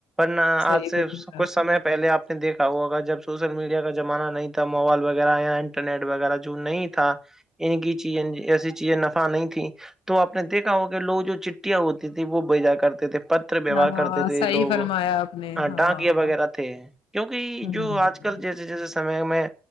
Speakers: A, in the centre; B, on the left.
A: ن آج
B: صحیح
A: سے
B: فرمایا
A: کچھ سمے
B: آپ نے
A: پہلے آپ نے دیکھا ہوا اگر جب سوشل میڈیا کا زمانہ نہیں تھا موبائل وغیرہ یا انٹرنیٹ وغیرہ جو نہیں تھا ان کی چیزیں ایسی چیزیں نفع نہیں تیں تو آپ نے دیکھا ہو لوگ جو چٹیاں ہوتی تیں وہ بجا کرتے تھے پت ویوہار
B: ہاں ہاں
A: کرتے تھے
B: صحیح
A: لوگ
B: فرمایا آپ نے ہاں
A: ڈانگیا وغیرہ تھے کیونکہ
B: ہوں
A: جو آج کل جیسے جیسے سمے میں